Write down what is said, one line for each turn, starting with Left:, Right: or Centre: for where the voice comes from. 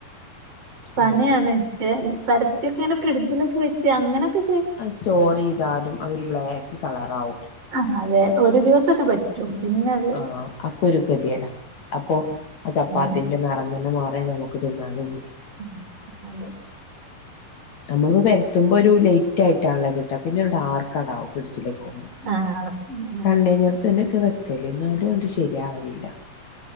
Right: പണ്യാണ്
Left: ഉം
Right: പക്ഷെ പരത്ത്യൊക്കെങ്ങെനെ ഫ്രിഡ്ജിലൊക്കെ വെച്ച് അങ്ങെനൊക്കെ
Left: അത് സ്റ്റോറെയ്താലും അതൊരു ബ്ലാക്ക് കളറാവും
Right: ആഹ് അതെ ഒരു ദിവസൊക്കെ പ പിന്നത്
Left: ആഹ് അപ്പൊരു കെത്യേടാ അപ്പാെ ആ ചപ്പാത്തിന്റെ
Right: ഉം
Left: നെറം തന്നെ മാറ്യാ നമു ക്ക് ത്‌ന്നാനും
Right: ഉം ഹലോ
Left: നമ്മള്പ്പോ പെര്ത്തുമ്പാെര് ലൈറ്റായ്ട്ടാണ്ല്ല കിട്ട പിന്നൊരു ഡാർക്കാണ്ടാവും ഫ്രിഡ്ജ്ല് ക്കും
Right: ആ ഉം, ഉം,
Left: കണ്ടെയ്നെർത്ത്ന്നെക്കെ വെ ക്കെല് ന്നാലുആണ്ട് ശര്യാവലില്ലാ